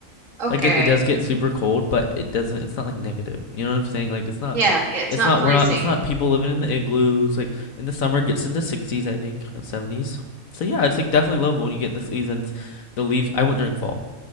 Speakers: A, on the right (about 65°); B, on the left (about 70°).
A: Okay.
B: Like it, it does get super cold, but it doesn't it's not like negative. You know what I'm saying? Like it's not
A: Yeah, yeah, it's
B: it's
A: not
B: not
A: freezing.
B: we're not it's not people living in the igloos. Like in the summer it gets into sixties, I think, and seventies. So yeah, it's like definitely lovable when you get the seasons, the leaves I went during fall.